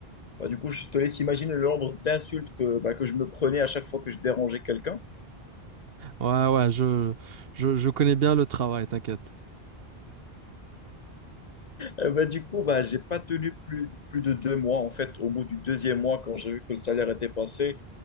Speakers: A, on the left (about 50°); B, on the right (about 70°).
A: Bah, du coup, je te laisse imaginer le nombre d'insultes que, bah, que je me prenais à chaque fois que je dérangeais quelqu'un.
B: Ouais, ouais, je, je, je connais bien le travail, t'inquiète.
A: Euh, bah, du coup, bah, j'ai pas tenu plus, plus de deux mois. En fait, au bout du deuxième mois, quand j'ai vu que le salaire était passé,